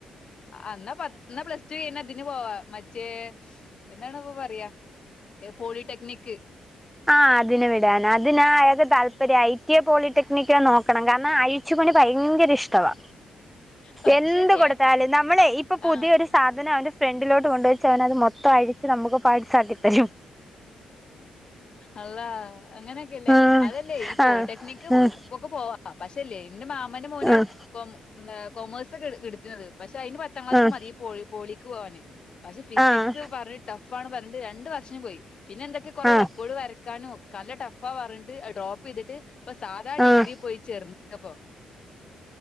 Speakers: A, on the left; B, in the centre.
A: അന്നാ പത്ത് പ്ലസ് ടു കഴിഞ്ഞാ തിന് പോവാ മറ്റേ എന്താണ് ഇപ്പ പറയാ ഏ പോളിടെക്നിക്ക്.
B: ആ അതിന് വിടാൻ അതിനാ അയാക്ക് താല്പര്യം ഐ. ടി. എ പോളിടെക്നിക്ക്‌ നോക്കണം. കാരണം അഴിച്പണി ഭയങ്കര ഇഷ്ടവാ
A: പശല്യ
B: എന്ത് കൊട്ത്താലും നമ്മളെ ഇപ്പൊ പുതിയൊരു
A: ആഹ്
B: സാധനം അവൻ ഫ്രണ്ടിലോട്ട് കൊണ്ട് വെച്ചാ അവന് അത് മൊത്തം അഴിച്ച് നമുക്ക് പാട്സ്സാക്കി തരും
A: അള്ളാ അങ്ങനെക്കെല്ലേ
B: ഉം
A: അതല്ലേ ഈ പോളിടെക്നിക്ക്
B: ആഹ് ഉം
A: പ്പൊക്കെ പോവാ പക്ഷല്ലേ ഇന്റെ മാമന്റെ മോന്
B: ഉം
A: കൊ എന്താ കൊമേഴ്സ് ഒക്കെ ഇട്തീനത് പക്ഷെ അയ്ന് പത്താം ക്ലാസ്
B: ഉം
A: മതി പോ പോളിക്ക് പോകാന് പക്ഷെ ഫിസിക്സ്
B: ആഹ്
A: പറഞ്ഞ് ടഫ് ട്ടഫ്റഞ്ഞ് രണ്ട് വർഷം പോയി. പിന്നെ എന്തൊക്കെ കൊറെ
B: ആഹ്
A: റെക്കോർഡ് വരക്കാനും ഒ നല്ല ട്ടഫാ പറഞ്ഞിട്ട് ഡ്രോപ്പ് ചെയ്തിട്ട് ഇപ്പൊ സാധാ ഡിഗ്രി
B: ആഹ്
A: പോയി ചേർന്നക്കപ്പൊ